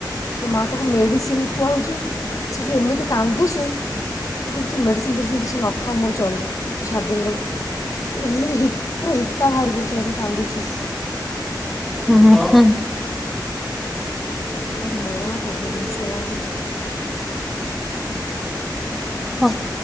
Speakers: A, on the left (about 45°); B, in the centre.
A: ମୋ ମାଆ ତାକୁ ମେଡ଼ିସିନ ଖୁଆଉଛି ସେ ଯେଉଁ ଏମିତି କାନ୍ଦୁଛି ବିଲକୁଲ ମେଡ଼ିସିନ ଫେଡ଼ିସିନ୍ କିଛି ନ ଖାଉ ମୋର ଚଳିବ ତୁ ଛାଡ଼ିଦେନି ତାକୁ। ଏମିତି ହି ପୁରା ହିକା ବାହାରି ପଡୁଛିପା ସେ କାନ୍ଦୁଛି।
B: ହୁଁ ହୁଁ ହୁଁ।
A: ଭାରି ହଇରାଣ କରିଦେଉଛନ୍ତି ଛୁଆ ଗୁରା।
B: ହଁ।